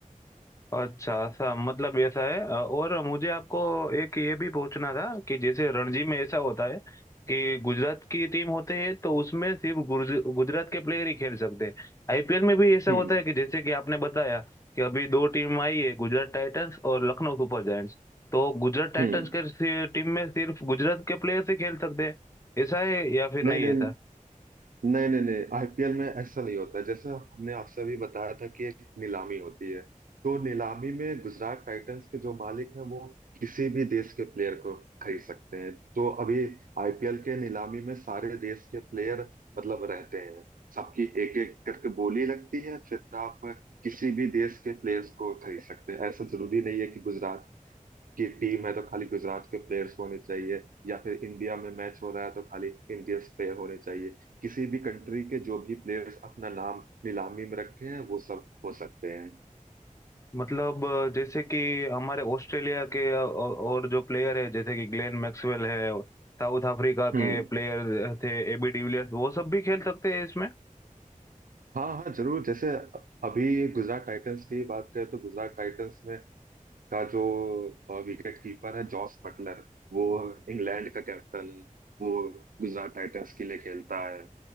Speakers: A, on the left; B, on the right.
A: अच्छा ऐसा मतलब ऐसा है अ, और मुझे आपको एक ये भी पूछना था कि जैसे रणजी में ऐसा होता है कि गुजरात की टीम होते हैं तो उसमें सिर्फ गुर्ज- गुजरात के प्लेयर ही खेल सकते हैं आईपीएल में भी ऐसा
B: हम्म
A: होता है कि जैसे कि आपने बताया कि अभी दो टीम आई है गुजरात टाइटंस और लखनऊ सुपर जायंट्स तो गुजरात टाइटंस
B: हम्म
A: के टीम में सिर्फ गुजरात के प्लेयर ही खेल सकते हैं ऐसा है या फिर
B: नहीं
A: नहीं
B: नहीं
A: ऐसा
B: नहीं नहीं नहीं आईपीएल में ऐसा नहीं होता है। जैसा हमने आपसे अभी बताया था कि एक नीलामी होती है तो नीलामी में गुजरात टाइटंस के जो मालिक हैं वो किसी भी देश के प्लेयर को खरीद सकते हैं तो अभी आईपीएल के नीलामी में सारे देश के प्लेयर मतलब रहते हैं सबकी एक एक करके बोली लगती है फिर आप किसी भी देश के प्लेयर्स को खरीद सकते हैं ऐसा जरूरी नहीं है कि गुजरात की टीम है तो खाली गुजरात के प्लेयर्स होने चाहिए या फिर इंडिया में मैच हो रहा है तो खाली इंडियंस प्लेयर होने चाहिए किसी भी कंट्री के जो भी प्लेयर्स अपना नाम नीलामी में रखे हैं वो सब हो सकते हैं
A: मतलब अ, जैसे कि हमारे ऑस्ट्रेलिया के अ, औ- और जो प्लेयर है जैसे कि ग्लेन मैक्सवेल है साउथ अफ्रीका
B: हम्म
A: के प्लेयर थे एबी डिविलियर्स वो सब भी खेल सकते हैं इसमें
B: हाँ हाँ जरूर जैसे अभी गुजरात टाइटंस की बात करें तो गुजरात टाइटंस में का जो विकेट कीपर है जॉस बटलर वो इंग्लैंड का कैप्टन है वो गुजरात टाइटंस के लिए खेलता है